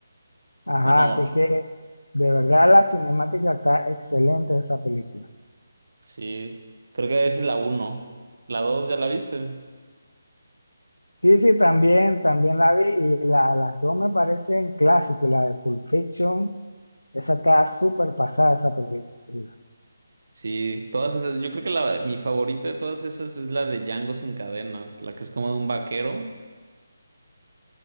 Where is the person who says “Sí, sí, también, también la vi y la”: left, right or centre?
Left